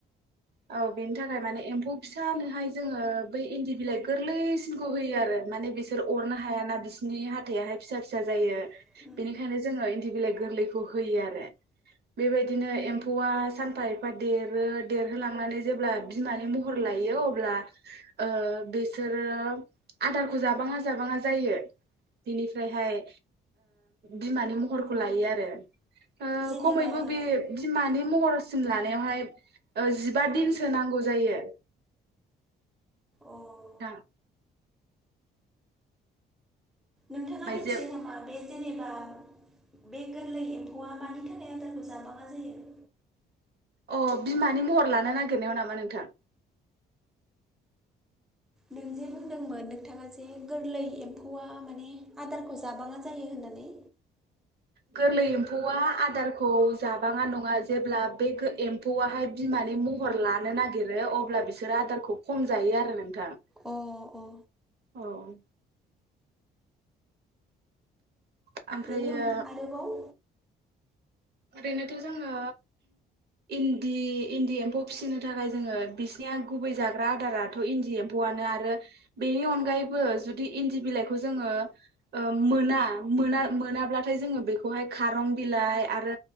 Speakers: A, on the right; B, in the centre.
A: औ बेनि थाखाय माने एम्फौ फिसा होनानोहाय जोङो बै इन्दि बिलाइ गोरलैसिनखौ होयो आरो माने बिसोर अरनो हायााना हाथायाहाय फिसा फिसा जायो
B: जायो
A: बेनिखायनो जोङो इन्दि बिलाइ गोरलैखौ होयो आरो बेबायदिनो एम्फौआ सानफा एफा देरो देरहोलांनानै जेब्ला बिमानि महर लायो अब्ला ओ बेसोरो आदारखौ जाबाङा जाबाङा जायो बिनिफ्रायहाय बिमानि महरखौ लायो आरो ओ
B: जेनेबा
A: खमैबो बे
B: बयबो
A: बिमानि महरसिम लानायावहाय जिबा दिनसो नांगौ जायो
B: अ
A: थां
B: नोंथाङा
A: ओमफ्राय
B: मिथियो
A: जे
B: नामा बे जेनेबा बे गोरलै एम्फौआ मानि थाखायोनाय आदारखौ जाबाङा जायो?
A: अ बिमानि महर लानो नागिरनायाव नामा नोंथां?
B: नों जे बुंदोंमोन नोंथाङा जे गोरलै एम्फौआ माने आदारखौ जाबाङा जायो होननानै।
A: गोरलै एम्फौआ आदारखौ जाबाङा नङा जेब्ला बे एम्फौआहाय बिमानि महर लानो नागिरो अब्ला बिसोरो आदारखौ खम जायो आरो नोंथां।
B: अ अ
A: औ <unintelligible> ओमफ्रायो
B: बेनि अन आरोबाव
A: ओरैनोथ' जोङो इन्दि इन्दि एम्फौ फिसिनो थाखाय जोङो बिसिनिया गुबै जाग्रा आदाराथ' इन्दि एम्फौआनो आरो बेनि अनगायैबो जुदि इन्दि बिलाइखौ जोङो मोना मोना मोनाब्लाथाय जोङो बेखौहाय खारं बिलाइ आरो